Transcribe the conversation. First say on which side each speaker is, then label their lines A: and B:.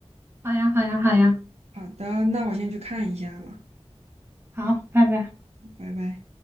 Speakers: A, on the right; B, on the right.
A: 好呀，好呀，好呀，
B: 好的，那我先去看一下了，
A: 好，拜拜。
B: 拜拜。